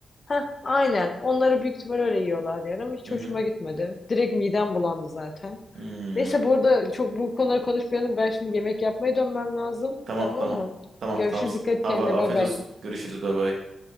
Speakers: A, on the left; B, on the right.
A: Heh, aynen. Onları büyük ihtimal öyle yiyorlar yani ama hiç
B: Hı
A: hoşuma
B: hı.
A: gitmedi. Direkt midem bulandı zaten.
B: Hmm.
A: Neyse bu arada çok bu konuları konuşmayalım. Ben şimdi yemek yapmaya dönmem lazım.
B: Tamam
A: Tamam
B: tamam.
A: mı?
B: Tamam
A: Görüşürüz.
B: tamam.
A: Dikkat et
B: Abi,
A: kendine.
B: afiyet
A: Bay bay.
B: olsun. Görüşürüz. Bay bay.